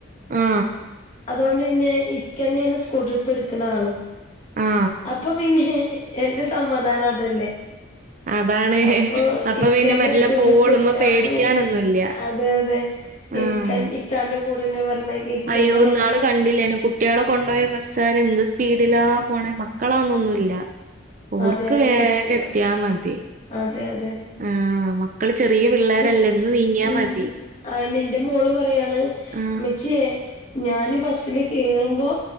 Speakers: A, on the right (about 40°); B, on the left (about 35°).
A: ആ
B: അതുകൊണ്ട് പിന്നെ ഇക്കന്നെയാണ് സ്കൂൾ ട്രിപ്പ് എട്ക്ക്ണ ആളും
A: ആ
B: അപ്പ പിന്നെ എന്റെ സമാധാനം അതല്ലേ.
A: അതാണ്
B: അപ്പൊ
A: അപ്പൊ
B: ഇക്കന്നെ
A: പിന്നെ മെല്ലെ
B: സ്കൂ
A: പോവോളും
B: ട്രിപ്പ് ട്ക്ക
A: മ്മ പേടിക്കാനൊന്നുല്ല
B: അപ്പൊ പിന്നെ അ അതെ അതെ
A: ആ
B: ഇക്കൻ ഇക്കാന്റെ കൂടെന്നെ പർഞ്ഞ ഇക്കന്നെ
A: അയ്യോ
B: കൊ
A: ഇന്നാള് കണ്ടില്ലേനോ കുട്ട്യാളെ കൊണ്ടോയ ബസ്സാര് എന്ത് സ്പീഡിലാ പോണേ മക്കളാന്നൊന്നുല്ല. ഓർക്ക്
B: അതെ അതെ
A: വേഗ
B: കുത്തി നെറക്കിട്ട്
A: ത്തിയാ മതി.
B: അതെ അതെ
A: ആഹ് മക്കള് ചെറിയ പിള്ളേരല്ല
B: കു
A: ന്ന് നീങ്ങിയാ
B: ഉം
A: മതി.
B: അയിന് ന്റെ മോള് പറ്യാണ്
A: ആഹ്
B: മ്മച്ചിയെ ഞാന് ബസ്സ്ല് കേറുമ്പോ